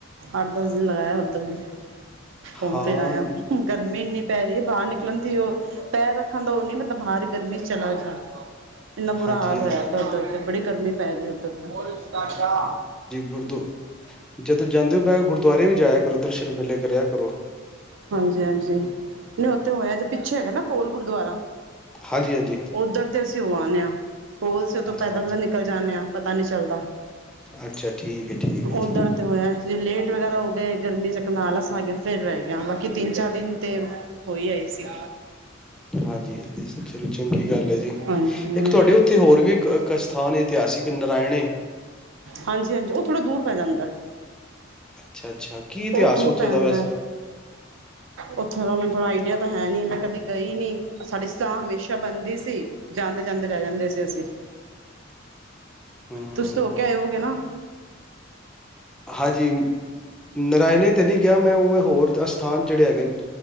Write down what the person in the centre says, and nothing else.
ਹਾਂ
ਹਾਂਜੀ
ਹਾਂਜੀ
ਗੁਰਦੋ, ਜਦੋਂ ਜਾਂਦੇ ਹੋ ਮੈਂ ਗੁਰਦ ਦਵਾਰੇ ਵੀ ਜਾਇਆ ਕਰੋ ਦਰਸ਼ਨ ਮੇਲੇ ਕਰਿਆ ਕਰੋ।
ਹਾਂਜੀ ਹਾਂਜੀ
ਹਾਂ
ਹਾਂ
ਅੱਛਾ ਠੀਕ ਹੈ ਠੀਕ ਹੈ ਜੀ
ਹਾਂਜੀ-ਹਾਂਜੀ ਚਲੋ ਚੰਗੀ ਗੱਲ ਹੈ ਜੀ,
ਇੱਕ ਤੁਹਾਡੇ ਉੱਥੇ ਹੋਰ ਵੀ ਇੱਕ ਸਥਾਨ ਐ ਇਤਿਹਾਸਿਕ ਨਰਾਇਣੇ
ਅੱਛਾ ਅੱਛਾ ਕੀ ਇਤਿਹਾਸ
ਉੱਥੋਂ
ਦਾ ਵੈਸੇ
ਹਮ
ਹਾਂਜੀ ਨਰਾਾਇਣੇ ਤੇ ਨਹੀਂ ਗਿਆ ਮੈਂ ਉਵੇਂ ਹੋਰ <unintelligible> ਸਥਾਨ ਜਿਹੜੇ ਹੈਗੇ ਨੇ